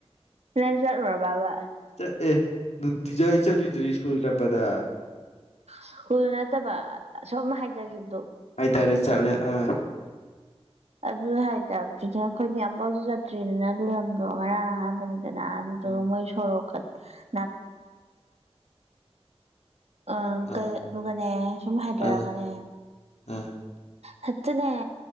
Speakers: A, on the right; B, on the left.
A: ꯅꯪ ꯆꯠꯂꯨꯔꯕꯕ
B: ꯆꯠꯑꯦ ꯅꯨꯡꯇꯤꯖꯥꯏ ꯆꯠꯂꯤꯗꯨꯗꯤ ꯁ꯭ꯀꯨꯜ ꯆꯠꯄꯗ
A: ꯁ꯭ꯀꯨꯜ ꯅꯠꯇꯕ ꯑꯁꯣꯝ ꯍꯥꯏꯗꯒꯤꯕꯗꯣ
B: ꯇꯔꯦ ꯆꯠꯂꯦ ꯑ
A: ꯑꯗꯨ ꯍꯥꯏꯇꯥꯝꯅꯤ <unintelligible> ꯌꯥꯝ ꯄꯥꯡꯁꯨ ꯆꯠꯇ꯭ꯔꯤꯗꯅ ꯑꯗꯨ ꯂꯝꯗꯣ ꯉꯔꯥꯡ ꯑꯍꯥꯟꯕꯅꯤ ꯀꯅꯥꯅ ꯆꯠꯂꯣ
B: ꯎꯝ
A: ꯃꯣꯢ ꯁꯣꯔꯣꯛꯀꯗꯣ ꯅꯥꯛ ꯑ
B: ꯑꯥ
A: ꯀꯩ ꯑꯗꯨꯒꯅꯦ ꯁꯨꯝ ꯍꯥꯏꯙꯔꯒꯅꯦ
B: ꯑꯥ ꯑꯥ
A: ꯍꯠꯇꯦꯅꯦ